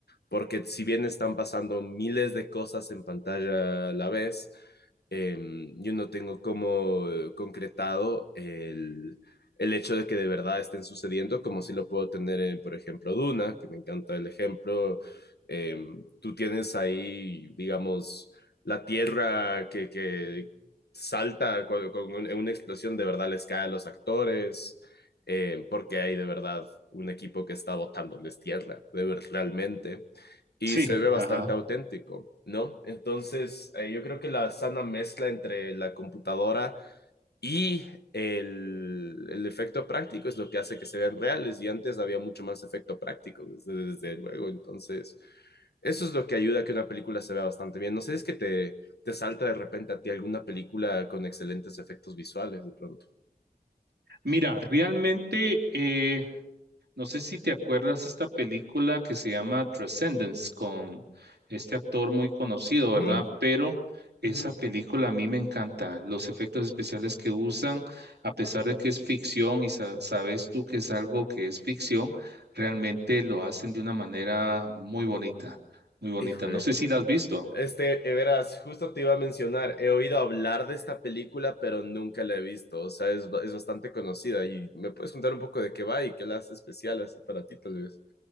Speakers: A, on the left; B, on the right.
A: porque si bien están pasando miles de cosas en pantalla a la vez, eh, yo no tengo como concretado el, el hecho de que de verdad estén sucediendo, como si lo puedo tener en, por ejemplo, Duna, que me encanta el ejemplo, eh, tú tienes ahí, digamos, la tierra que, que salta con, con un- una explosión de verdad les cae a los actores, eh, porque hay de verdad un equipo que está botándoles tierra, de ver, realmente. Y
B: Sí,
A: se ve bastante
B: ajá.
A: auténtico, ¿no? Entonces, eh, yo creo que la sana mezcla entre la computadora y el, el efecto práctico es lo que hace que se vean reales y antes había mucho más efecto práctico, desde, desde luego. Entonces, eso es lo que ayuda a que una película se vea bastante bien. No sé, es que te, te salta de repente a ti alguna película con excelentes efectos visuales de pronto.
B: Mira, realmente eh, No sé si te acuerdas esta película que se llama Transcendence con este actor muy conocido,
A: Ujú,
B: ¿verdad? Pero esa
A: ujú.
B: película a mí me encanta. Los efectos especiales que usan, a pesar de que es ficción y sa- sabes tú que es algo que es ficción, realmente lo hacen de una manera muy bonita, muy bonita.
A: Hijo, eh.
B: No sé si la has visto.
A: este, eh, verás, justo te iba a mencionar, he oído hablar de esta película, pero nunca la he visto, o sea, es, ba- es bastante conocida y me puedes contar un poco de qué va y qué la hace especial así para ti, tal vez.